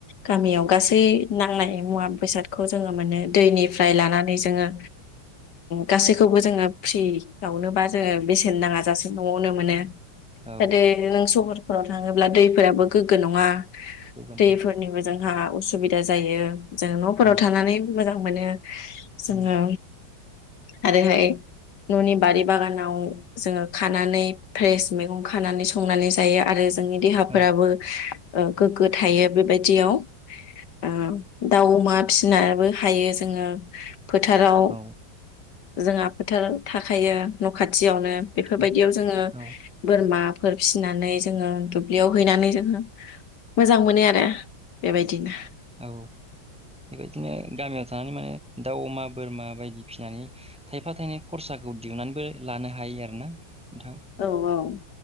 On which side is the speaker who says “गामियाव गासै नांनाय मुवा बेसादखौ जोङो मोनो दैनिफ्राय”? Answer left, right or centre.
Left